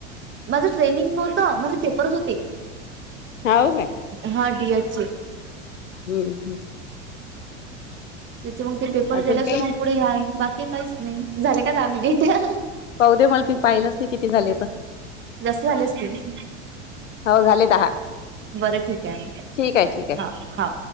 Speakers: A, on the right; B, on the left.
A: माझ ट्रेनिंग नव्हतं, माझं पेप करत होती.
B: तुझं हाव काय
A: हा डीएड चे,
B: हुंम. हुंम.
A: त्याचे मग ते पेपर
B: अजून
A: झाल्याशिवाय
B: काही
A: मग, पुढे ह्या बाकी काहीच नाही झाले का दहा मिनिटं.
B: पाहू दे मला मी पाहिलंच नाही किती झाले आता.
A: लस्सी आल्या असतील.
B: हो झाले दहा
A: बरं ठीक आहे
B: ठीक आहे ठीक आहे
A: हा. हा.